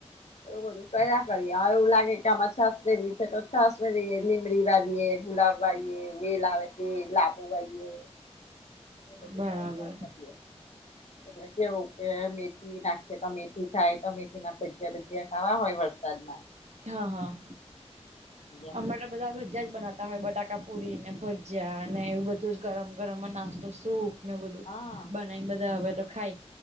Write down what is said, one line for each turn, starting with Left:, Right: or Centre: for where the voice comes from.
Left: એવું બધું કર્યા કરીએ એવું લાગે કે આમાં છાશ ભેળવી છે તો છાશ ભે રહીએ. લીંબડી વાવીએ, ગુલાબ વાઈએ, વેલ આવે તે લાબો વાઈએ. એવું બધું
Right: બરાબર
Left: વાવ્યા કરીએ. એટલે કેવું કે મેથી નાખીએ તો મેથી થાય, તો મેથીના ભજીયા બજીયા ખાવા હોય વરસા સાદમાં
Right: હા હા
Left: એમ
Right: અમર રા બધા ભજીયા જ બનાવતા હોય. બટાકાપુરી ને ભજીયાને એવું બધું જ ગરમ ગરમ નાસ્તો સૂપ ને બધું
Left: હા
Right: બનાઈને બધા હવે તો ખાય.